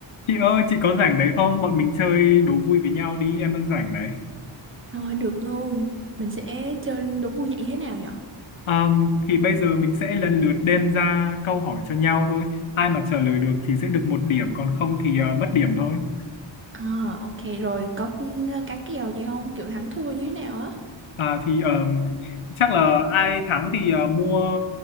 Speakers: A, on the left; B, on the right.
A: Chị ơi, chị có rảnh đấy không? Bọn mình chơi đố vui với nhau đi, em đang rảnh này.
B: Rồi được luôn, mình sẽ chơi đố vui dạng như thế nào nhở?
A: Ờm, thì bây giờ mình sẽ lần lượt đem ra câu hỏi cho nhau thôi. Ai mà trả lời được thì sẽ được một điểm, còn không thì ờ, mất điểm thôi.
B: À ok rồi, có ờ, cá kèo gì không? Kiểu thắng thua như thế nào á?
A: À, thì ờm, chắc là ai thắng thì ờ, mua